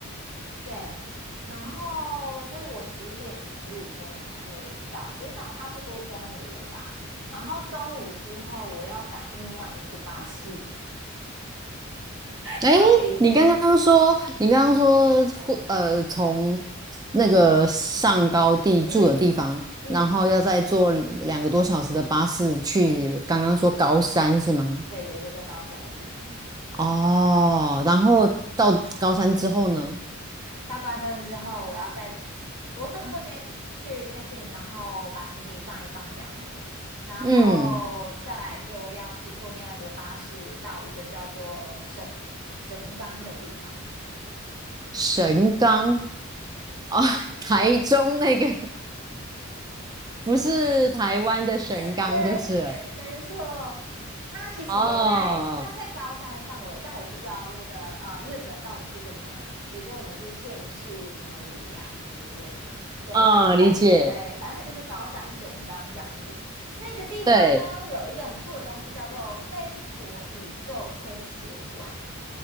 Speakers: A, on the right; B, on the right.
A: 对，然后所以我十点十五分才会到，就是到差不多中午了吧。然后中午之后，我要赶另外一个巴士。<laughs>
B: 哎，
A: 到底。
B: 你刚刚说，你刚刚说，户呃，从那个上高地住的地方，
A: 嗯嗯，
B: 然后要再坐两个多小时的巴士去，刚刚说高山是吗？
A: 对，有一个叫高山的地方。
B: 哦，然后到高山之后呢？
A: 到高山之后，我要再，我可能会先去 check in，然后把行李放一放这样子，然后再来就要去坐另外一个巴士到一个叫做神神冈的地方。
B: 嗯，神冈哦，<laughs> 台中那个不是台湾的神冈就是了。
A: <laughs> 对，没错。他其实也在，
B: 哦，
A: 他是在高山范围，但我不知道那个呃日本到底是怎么，比如说我们是县市什么里啊，什么什么之类的嘛。对，
B: 啊，
A: 反反正对，
B: 理解，
A: 反正它就是高山神冈这样子。那个地方呢，
B: 对，
A: 有一个很酷的东西叫做飞陀宇宙科学馆。